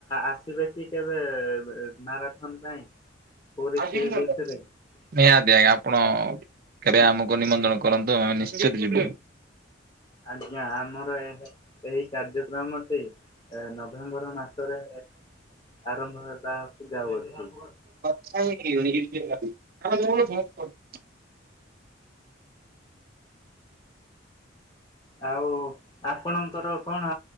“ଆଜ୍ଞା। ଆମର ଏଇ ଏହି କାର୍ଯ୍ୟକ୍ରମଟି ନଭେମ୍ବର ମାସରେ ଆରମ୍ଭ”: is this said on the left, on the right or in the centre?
Left